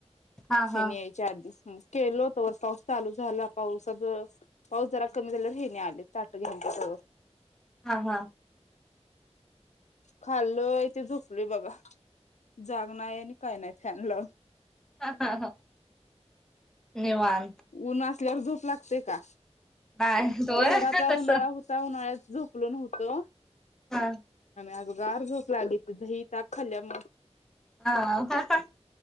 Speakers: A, in the centre; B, on the left.
A: हा
B: हेनी
A: हा
B: यायच्या आधी केलो तवर पाऊस चालू झाला पावसा सगळ पाऊस जरा कमी झालावर हेनी आले ताट घेऊन बस
A: हा हा
B: खाल्लय ते झोपलोय बघा जाग नाही आणि काय नाही फॅन लाऊन
A: ह ह ह निवांत
B: ऊन असल्यावर झोप लागते का
A: नाही होय
B: एवढाचा
A: तसं
B: उन्हाळा होता उन्हाळ्यात झोपलो नव्हतो.
A: हम
B: आगं गार झोप लागली ती दही ताक खाल्ल्यामूळ
A: हा <unintelligible>